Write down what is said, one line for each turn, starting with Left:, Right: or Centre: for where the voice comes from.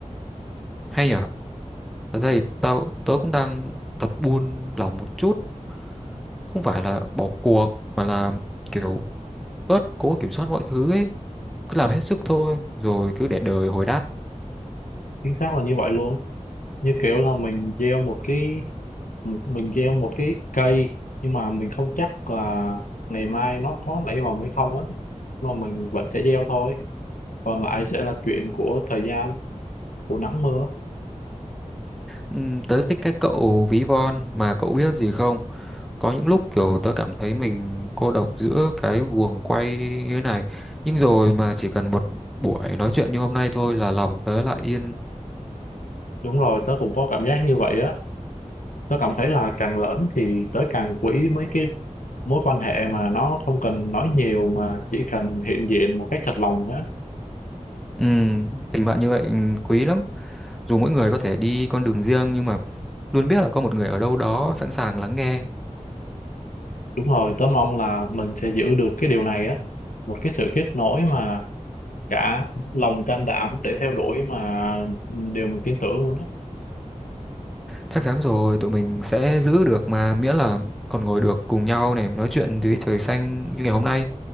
Centre: hay nhỉ? Thật ra thì tao tớ cũng đang tập buôn lòng một chút không phải là bỏ cuộc mà là kiểu bớt cố kiểm soát mọi thứ ấy cứ làm hết sức thôi rồi cứ để đời hồi đáp
Left: chính xác là như vậy luôn như kiểu là mình gieo một cái một- mình gieo một cái cây nhưng mà mình không chắc là ngày mai nó có nảy mầm hay không á mà mình vẫn sẽ gieo thôi còn lại sẽ là chuyện của thời gian của nắng mưa
Centre: Ừm, tớ thích cái cậu ví von mà cậu biết gì không có những lúc kiểu tớ cảm thấy mình cô độc giữa cái guồng quay như thế này nhưng rồi mà chỉ cần một buổi nói chuyện như hôm nay thôi là lòng tớ lại yên
Left: đúng rồi tớ cũng có cảm giác như vậy á tớ cảm thấy là càng lớn thì tớ càng quý mấy cái mối quan hệ mà nó không cần nói nhiều mà chỉ cần hiện diện một cách thật lòng á
Centre: Ừm, tình bạn như vậy ừm, quý lắm dù mỗi người có thể đi con đường riêng nhưng mà luôn biết là có một người ở đâu đó sẵn sàng lắng nghe
Left: đúng rồi tớ mong là mình sẽ giữ được cái điều này á một cái sự kết nối mà cả lòng can đảm để theo đuổi mà ừ, điều mình tin tưởng luôn á
Centre: Chắc chắn rồi, tụi mình sẽ giữ được mà miễn là còn ngồi được cùng nhau này, nói chuyện dưới trời xanh như ngày hôm nay